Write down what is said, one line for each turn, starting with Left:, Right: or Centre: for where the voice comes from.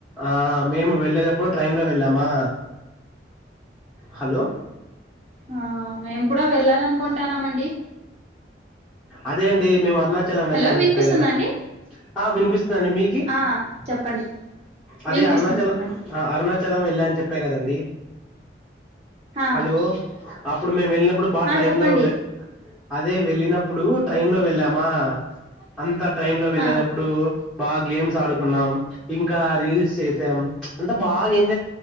Centre: ఆ మేము వెళ్ళేటప్పుడు ట్రైన్ లో వెళ్ళామా హలో
Right: ఆ మేము కూడా వెళ్ళాలనుకు అనుకుంటానమండి
Centre: అదే అండి మేము అరుణాచలం
Right: హలో
Centre: వెళ్ళా అని
Right: వినిపిస్తుందా
Centre: చెప్పా కదా
Right: అండి
Centre: ఆ వినిపిస్తుందండి మీకీ
Right: ఆ చెప్పండి
Centre: అదే
Right: వినిపిస్తుంది
Centre: అరుణాచలం
Right: చెప్పండి
Centre: అరుణాచలం వెళ్ళా అని చెప్పా కదండి డి
Right: ఆ
Centre: హలో అప్పుడు మేము వెళ్ళిన ప్పుడు బాగా
Right: ఆ
Centre: ట్రైన్
Right: చెప్పండి
Centre: లో అదే వెళ్ళినప్పుడు ట్రైన్ లో వెళ్ళామా అంత ట్రైన్ లో వెళ్ళేటప్పుడు
Right: ఆ
Centre: బాగా గేమ్స్ ఆడుకున్నాం ఇంకా రీల్స్ చేస్ సాం అంటె బాగా ఏమ్